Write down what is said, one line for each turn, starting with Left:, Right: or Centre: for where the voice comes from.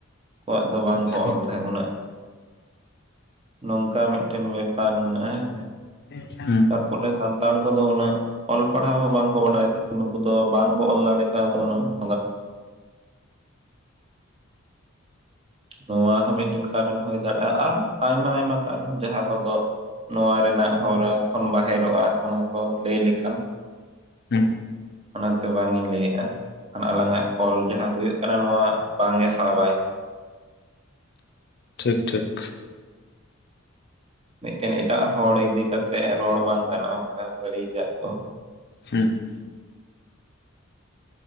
Right: ᱠᱚᱣᱟᱜ ᱫᱚ ᱵᱟᱝᱠᱚ
Left: ᱟᱪᱪᱷᱟ
Right: ᱚᱞ ᱛᱟᱦᱮᱸᱫ ᱩᱱᱟᱹᱜ, ᱱᱚᱝᱠᱟ ᱢᱤᱫᱴᱮᱱ ᱵᱮᱯᱟᱨ ᱢᱮᱱᱟᱜ-ᱟ ᱦᱮᱸᱥᱮ᱾
Left: <unintelligible>
Right: ᱛᱟᱨᱯᱚᱨᱮ ᱥᱟᱱᱛᱟᱲ ᱠᱚᱫᱚ ᱩᱱᱟᱹᱜ ᱚᱞ ᱯᱟᱲᱦᱟᱣ ᱦᱚᱸ ᱵᱟᱝ ᱠᱚ ᱵᱟᱰᱟᱭ ᱛᱟᱦᱮᱸ ᱱᱩᱠᱩ ᱫᱚ ᱵᱟᱝᱠᱚ ᱚᱞ ᱫᱟᱲᱮ ᱠᱟᱣᱫᱟ ᱩᱱᱟᱹᱜ <inaudible> ᱱᱚᱣᱟ ᱦᱚᱸ ᱢᱤᱫᱴᱮᱱ ᱠᱟᱨᱚᱱ ᱦᱩᱭ ᱫᱟᱲᱮᱭᱟᱜ-ᱟ ᱟᱨᱚᱸ ᱟᱭᱢᱟ ᱟᱭᱢᱟ ᱠᱟᱨᱚᱱ ᱡᱟᱦᱟᱸ ᱠᱚᱫᱚ ᱱᱚᱣᱟ ᱨᱮᱱᱟᱜ ᱦᱚᱨᱟ ᱠᱷᱚᱱ ᱵᱟᱦᱮᱨᱚᱜ-ᱟ ᱚᱱᱟ ᱠᱚ ᱞᱟᱹᱭ ᱞᱮᱠᱷᱟᱱ
Left: <inaudible>
Right: ᱚᱱᱟᱛᱮ ᱵᱟᱝ ᱤᱧ ᱞᱟᱹᱭᱮᱫ-ᱟ ᱾ <inaudible> ᱟᱞᱟᱝᱟᱜ ᱠᱚᱞ ᱡᱟᱦᱟᱸ ᱦᱩᱭᱩᱜ ᱠᱟᱱᱟ ᱱᱚᱣᱟ ᱵᱟᱝ ᱮ ᱥᱟᱵᱟᱭ
Left: ᱴᱷᱤᱠ ᱴᱷᱤᱠ ᱾
Right: ᱢᱤᱫᱴᱮᱱ ᱮᱴᱟᱜ ᱦᱚᱲ ᱤᱫᱤ ᱠᱟᱛᱮᱜ ᱨᱚᱲ ᱵᱟᱝ ᱜᱟᱱᱚᱜ-ᱟ ᱚᱱᱠᱟ ᱵᱟᱹᱲᱤᱡᱟᱜ ᱠᱚ ᱾
Left: ᱦᱩᱸ ᱦᱩᱸ